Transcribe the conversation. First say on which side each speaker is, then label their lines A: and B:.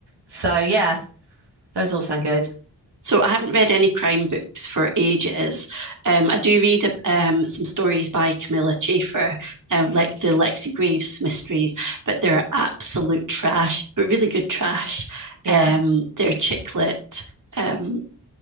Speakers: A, on the right (about 70°); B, on the right (about 45°).
A: so yeah, those all sound good.
B: So I haven't read any crime books for ages. Um, I do read um, some stories by Camilla Chafer, um, like the Lexi Graves mysteries, but they're absolute trash, but really good trash.
A: Yeah.
B: Um, they're chick lit um,